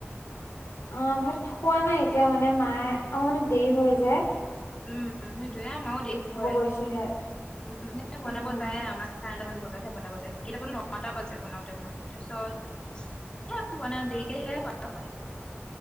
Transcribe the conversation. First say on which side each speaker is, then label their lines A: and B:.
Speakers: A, on the left; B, on the left.
A: অ', ভাত খোৱা নাই এতিয়া মানে, মায়ে আমাৰ মানে দেৰি হৈ যায়।
B: উম, সেইটোয়ে আমাৰো দেৰি হয়।
A: গৈছেহে
B: উম, সেই
A: উম
B: বনাব যায় আমা চাৰে আঠটামান বজাতহে বনাব যায়, কেতিয়াবাতো নটা বাজে বনাওঁতে-বনাওতে তাৰপিছত বনাওঁ, দেৰিকেহে <unintelligible> হয়।